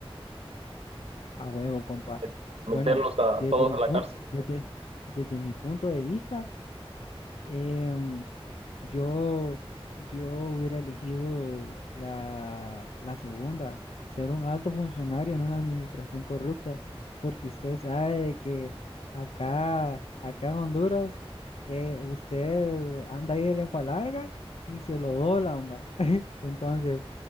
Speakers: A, on the left; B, on the right.
A: A huevo, compa.
B: Eh, meterlos
A: Bueno,
B: a
A: desde
B: todos
A: mi
B: a la
A: punto,
B: cárcel.
A: desde, desde mi punto de vista, em, yo, yo hubiera elegido la, la segunda, ser un alto funcionario en una administración corrupta, porque usted sabe que acá, acá en Honduras, eh, usted anda ahí de lengua larga y se lo doblan, va. <laughs> Entonces,